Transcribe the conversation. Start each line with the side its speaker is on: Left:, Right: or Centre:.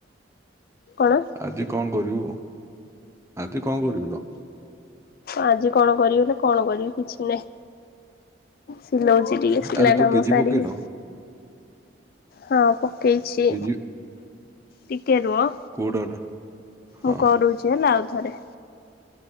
Left: କଣ
Right: ଆଜି କଣ କରିବୁ ଆଜି କଣ କରିବୁ ତ।
Left: ଆଜି କଣ କରିବି ନା କଣ କରିବି କିଛି ନହିଁ। ସିଲଉଛି ଟିକେ ସିଲା
Right: ଆରେ
Left: କାମ
Right: ତୁ ପିଜି
Left: ସାରିବି।
Right: ପକେଇନୁ
Left: ହଁ ପକେଇଛି।
Right: ପିଜି
Left: ଟିକେ ରୁଅ
Right: କୋଉଟା ହଁ
Left: ମୁଁ କରୁଛି ହେଲା ଆଉ ଥରେ